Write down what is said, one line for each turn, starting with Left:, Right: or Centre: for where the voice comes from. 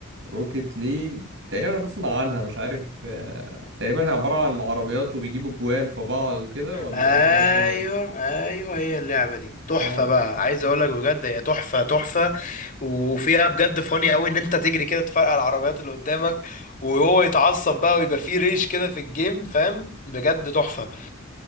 Right: روكيت ليج تقريبا انا بسمع عنها مش عارف آه، تقريبا هي عبارة عن عربيات وبيجيبوا جوان في بعض وكده ولا
Left: ايوه
Right: دي حاجة تانية
Left: ايوه هي اللعبه دي تحفه
Right: اه
Left: بقى عايز اقول لك بجد هي تحفه تحفه وفيها بجد فاني قوي ان انت تجري كده تفرقع العربيات اللي قدامك وهو يتعصب بقى ويبقى فيه ريش كده في الجيم فاهم بجد تحفه